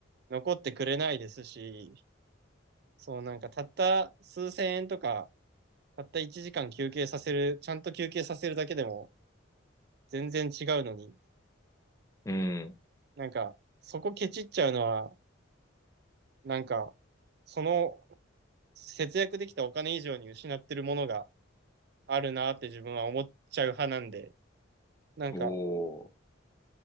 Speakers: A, on the right; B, on the left.
A: 残ってくれないですし、そう、なんか、たった数千円とか、たった1時間休憩させる、ちゃんと休憩させるだけでも、全然違うのに、
B: うん。
A: なんか、そこケチっちゃうのは、なんか、その節約できたお金以上に失ってるものがあるなって自分は思っちゃう派なんで、なんか、
B: おー。